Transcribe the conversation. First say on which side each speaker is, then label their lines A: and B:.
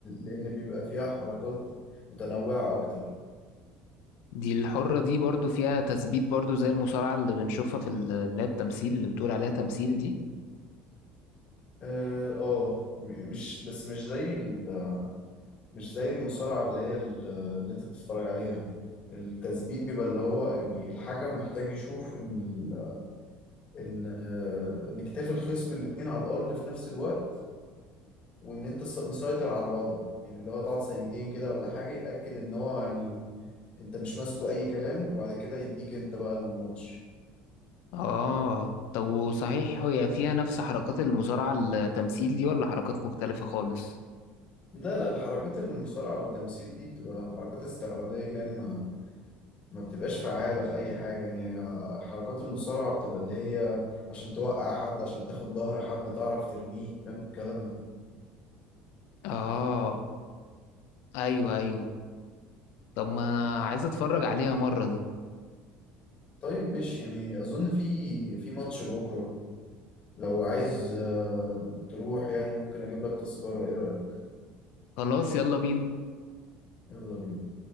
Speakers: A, on the left; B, on the left.
A: لأن بيبقى فيها حركات متنوعة أكتر
B: دي الحرة دي برضو فيها تثبيت برضو زي المصارعة اللي بنشوفها في ال- اللي هي التمثيل اللي بتقول عليها تمثيل دي
A: اه آه، م- مش بس مش زي ال... مش زي المصارعة اللي هي ال- اللي انت بتتفرج عليها التثبيت بيبقى اللي هو يعني الحكم محتاج يشوف ان ال... ان آه، ان كتاف الخصم الاتنين على الارض في نفس الوقت وان انت س- مسيطر على الوضع يعني اللي هو تقعد ثانيتين كده ولا حاجة يتأكد ان هو يعني انت مش ماسكه اي كلام وبعد كده يديك انت بقى الماتش
B: اه طب وصحيح هي فيها نفس حركات المصارعة التمثيل دي ولا حركات مختلفة خالص
A: لا لا الحركات المصارعة التمثيل دي بتبقى حركات استعراضية يعني ما ما بتبقاش فعالة في أي حاجة يعني آه، حركات المصارعة بتبقى اللي هي عشان توقع حد عشان تاخد ظهر حد تعرف ترميه فاهم الكلام ده
B: اه ايوه ايوه طب ما انا عايز اتفرج عليها مرة دي
A: طيب ماشي يعني أظن في في ماتش بكرة لو عايز آه، تروح يعني ممكن أجيب لك تذكرة إيه رأيك
B: خلاص يلا بينا
A: يلا بينا